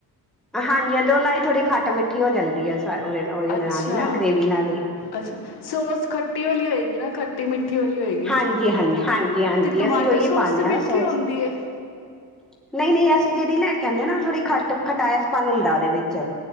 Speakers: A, in the centre; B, on the left (about 80°).
A: ਹਾਂਜੀ ਤੇ ਉਹਨਾਂ ਦੀ ਥੋੜ੍ਹੀ ਖੱਟ ਮਿੱਠੀ ਹੋ ਜਾਂਦੀ ਹੈ। ਉਹਦੇ ਉਹਦੇ
B: ਅੱਛਾ
A: ਨਾਲ ਹੀ ਨਾ ਗ੍ਰੇਵੀ ਨਾਲ ਹੀ
B: ਅੱਛਾ ਸੋਸ ਖੱਟੀ ਵਾਲੀ ਹੋਏਗੀ। ਨਾ ਖੱਟੀ ਮਿੱਠੀ। ਵਾਲੀ ਹੋਏਗੀ
A: ਹਾਂਜੀ ਹਾਂਜੀ ਹਾਂਜੀ ਹਾਂਜੀ
B: ਤੇ ਟਮਾਟੋ
A: ਅਸੀਂ ਉਹੀ
B: ਸੋਸ
A: ਪਾਉਦੇ
B: ਤੇ ਮਿੱਠੀ
A: ਹਾਂ ਸੋਸ
B: ਹੁੰਦੀ
A: ਨਹੀਂ
B: ਏ।
A: ਨਹੀਂ ਅਸੀਂ। ਅਸੀ ਜਿਹੜੀ ਲੈ ਕੇ ਆਉਂਦੇ ਨਾ ਥੋੜੀ ਖੱਟ ਖਟਾਇਸਪਨ ਹੁੰਦਾ ਉਹਦੇ ਵਿੱਚ।